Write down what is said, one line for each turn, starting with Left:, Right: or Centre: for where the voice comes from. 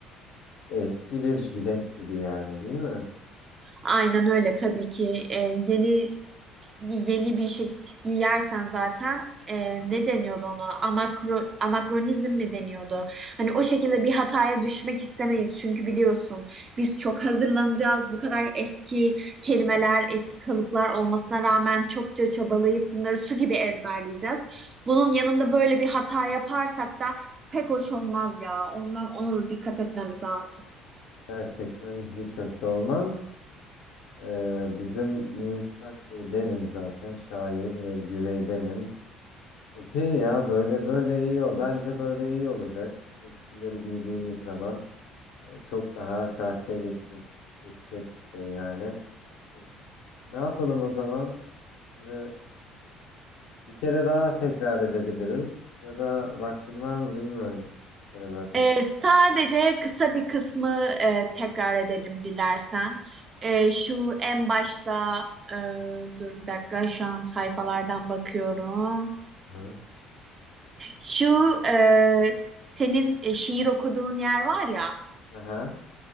Left: Eski bir jilet gibi yani değil mi?
Right: Aynen öyle tabii ki. Ee, yeni yeni bir şey giyersen zaten e, ne deniyordu ona? Anakro, anakronizm mi deniyordu? Hani o şekilde bir hataya düşmek istemeyiz. Çünkü biliyorsun biz çok hazırlanacağız. Bu kadar eski kelimeler, eski kalıplar olmasına rağmen çokça çabalayıp bunları su gibi ezberleyeceğiz. Bunun yanında böyle bir hata yaparsak da pek hoş olmaz ya. Ondan ona da dikkat etmemiz lazım.
Left: Gerçekten hiç hoş olmaz. Ee, bizim Müştak Bey benim zaten şair ve güvey benim. Okey ya böyle böyle iyi o. Bence böyle iyi olacak. Eskileri giydiğimiz zaman e, çok daha karşıya geçi- geçecek bir şey yani. E, Ne yapalım o zaman? Şimdi Bir kere daha tekrar edebiliriz. Ya da vaktin var mı bilmiyorum. Bir kere daha tekrar.
Right: Ee, sadece kısa bir kısmı e, tekrar edelim dilersen. Ee, şu en başta e, dur bir dakika şu an sayfalardan bakıyorum.
Left: Hı.
Right: Şu e, senin e, şiir okuduğun yer var ya.
Left: Aha.